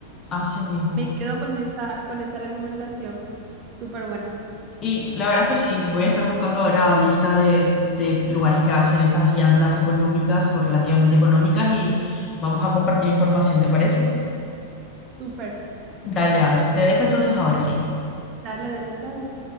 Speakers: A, on the left; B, on the right.
A: Así mismo.
B: Me quedo con esa, con esa recomendación, súper buena,
A: Y la verdad es que sí, voy a estar buscando ahora lista de, de lugares que hacen estas viandas económicas o relativamente económicas y vamos a compartir información, ¿te parece?
B: súper.
A: Dale, Adri, te dejo entonces ahora sí.
B: Dale, dale, chao.